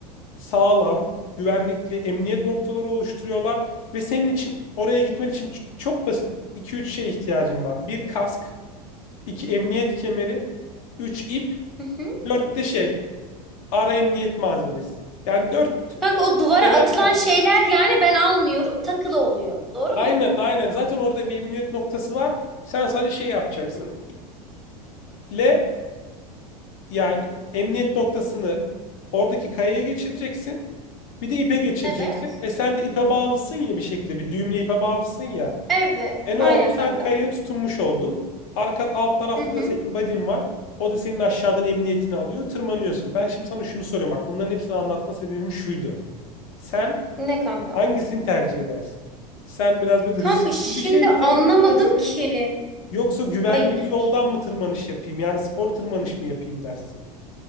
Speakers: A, on the left (about 60°); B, in the centre.
A: sağlam, güvenlikli emniyet noktaları oluşturuyorlar ve senin için oraya gitmen için ç- çok basit iki üç şeye ihtiyacın var. Bir kask, iki emniyet kemeri, üç ip,
B: Hı hı.
A: 4 de şey ara emniyet malzemesi. Yani 4
B: Kanka o duvara
A: genel
B: atılan
A: baş...
B: şeyler yani ben almıyorum takılı oluyor. Doğru
A: Aynen
B: mu?
A: aynen zaten orada bir emniyet noktası var. Sen sadece şey yapacaksın.
B: Hı hı.
A: İple Yani emniyet noktasını oradaki kayaya geçireceksin. Bir de ipe geçireceksin.
B: Evet.
A: E sen de ipe bağlısın ya bir şekilde. Bir düğümle ipe bağlısın ya.
B: Evet.
A: E
B: Aynen
A: ne oldu? Sen
B: kanka.
A: kayaya tutunmuş oldun. Arka alt tarafta
B: Hı hı.
A: da senin buddy'n var. O da senin aşağıdan emniyetini alıyor. Tırmanıyorsun. Ben şimdi sana şunu soruyorum. Bak bunların hepsini anlatma sebebim şuydu. Sen
B: Ne kanka?
A: hangisini tercih edersin? Sen biraz böyle
B: Kanka
A: riskli
B: şimdi
A: bir şey mi
B: anlamadım
A: tercih edersin?
B: ki.
A: Yoksa güvenli
B: Hayır.
A: bir yoldan mı tırmanış yapayım? Yani spor tırmanış mı yapayım dersin?